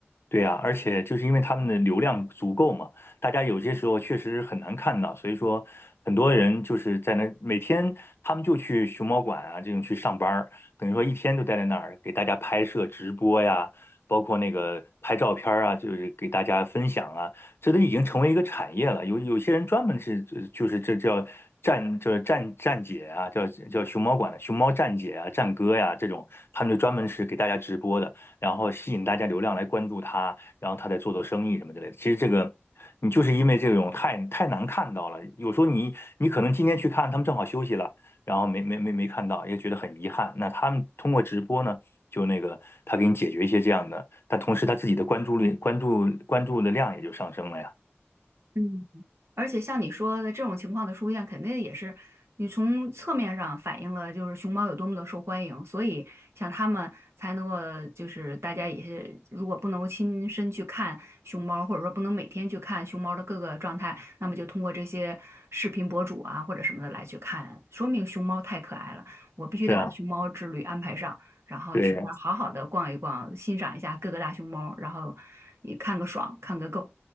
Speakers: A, on the left; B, on the right.
A: 对呀，而且就是因为他们的流量足够嘛，大家有些时候确实很难看到，所以说很多人就是在那每天他们就去熊猫馆啊这种去上班儿，等于说一天都待在那儿给大家拍摄直播呀，包括那个拍照片儿啊，就是给大家分享啊，这都已经成为一个产业了。有有些人专门是呃就是这叫站叫站站姐啊，叫叫熊猫馆的熊猫站姐啊、站哥呀这种，他们就专门是给大家直播的。然后吸引大家流量来关注他，然后他再做做生意什么之类的。其实这个你就是因为这种太太难看到了，有时候你你可能今天去看，他们正好休息了，然后没没没没看到，也觉得很遗憾。那他们通过直播呢，就那个他给你解决一些这样的，但同时他自己的关注率、关注关注的量也就上升了呀。
B: 嗯而且像你说的这种情况的出现，肯定也是你从侧面上反映了就是熊猫有多么的受欢迎，所以像他们才能够就是大家也是如果不能够亲身去看熊猫，或者说不能每天去看熊猫的各个状态，那么就通过这些视频博主啊或者什么的来去看，说明熊猫太可爱了，我必须得把熊猫之旅安排上，
A: 是啊，
B: 然后去那儿好好的逛一逛，
A: 对呀，
B: 欣赏一下各个大熊猫，然后也看个爽，看个够。